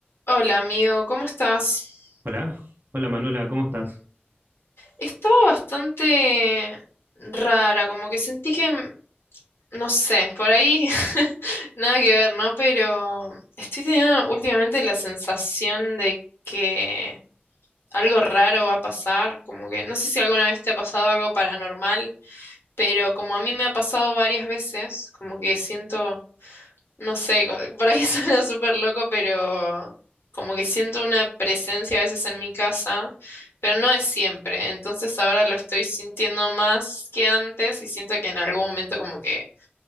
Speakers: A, on the left; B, on the right.
A: Hola amigo, ¿cómo estás?
B: Hola, hola Manuela, ¿cómo estás?
A: Estaba bastante rara, como que sentí que, m- no sé, por ahí <laughs> nada que ver, ¿no? Pero estoy teniendo últimamente la sensación de que algo raro va a pasar, como que no sé si alguna vez te ha pasado algo paranormal, pero como a mí me ha pasado varias veces, como que siento... No sé, co- por ahí <laughs> suena súper loco, pero como que siento una presencia a veces en mi casa, pero no es siempre. Entonces ahora lo estoy sintiendo más que antes y siento que en algún momento como que